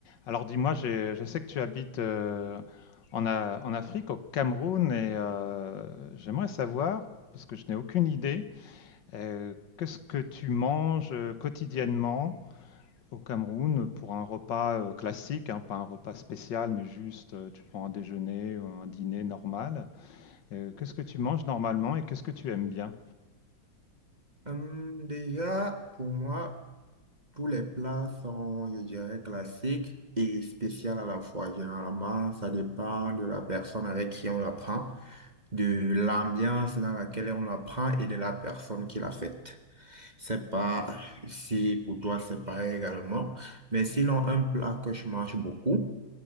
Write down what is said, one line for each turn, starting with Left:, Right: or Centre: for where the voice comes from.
Left: Alors dis-moi, j'ai- je sais que tu habites euh, en, A- en Afrique, au Cameroun, et euh, j'aimerais savoir, parce que je n'ai aucune idée, euh, qu'est-ce que tu manges euh, quotidiennement au Cameroun pour un repas euh, classique, hein, pas un repas spécial, mais juste euh, tu prends un déjeuner ou un dîner normal. Euh, qu'est-ce que tu manges normalement et qu'est-ce que tu aimes bien?
Right: Hum, déjà, pour moi, tous les plats sont, je dirais, classiques et spéciaux à la fois. Généralement, ça dépend de la personne avec qui on la prend, de l'ambiance dans laquelle on la prend et de la personne qui l'a faite. C'est pas si pour toi c'est pareil également. Mais sinon, un plat que je mange beaucoup,